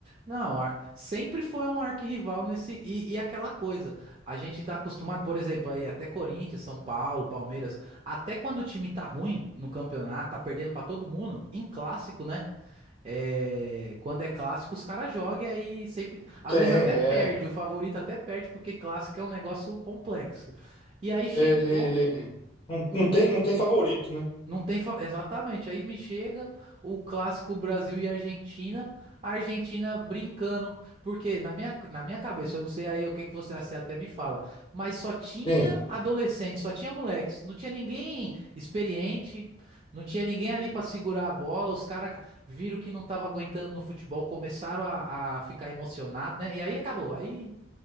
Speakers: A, on the right (about 30°); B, on the left (about 25°).
A: Não, ar- sempre foi um arquirrival nesse. E, e aquela coisa. A gente tá acostumado, por exemplo, aí até Corinthians, São Paulo, Palmeiras. Até quando o time tá ruim no campeonato, tá perdendo pra todo mundo, em clássico, né? É, quando é clássico, os caras jogam e aí sempre. Às
B: Tem,
A: vezes até
B: é.
A: perde, o favorito até perde, porque clássico é um negócio complexo. E aí chegou.
B: Ele, ele não,
A: um,
B: não tem, não tem favorito, né?
A: não tem. fa- Exatamente. Aí me chega o clássico Brasil e Argentina. A Argentina brincando. Porque na minha, na minha cabeça, eu não sei aí o que que você você até me fala. Mas só tinha
B: Sim.
A: adolescente, só tinha moleques. Não tinha ninguém experiente. Não tinha ninguém ali pra segurar a bola. Os caras viram que não tava aguentando no futebol. Começaram a, a ficar emocionados, né? E aí acabou. Aí.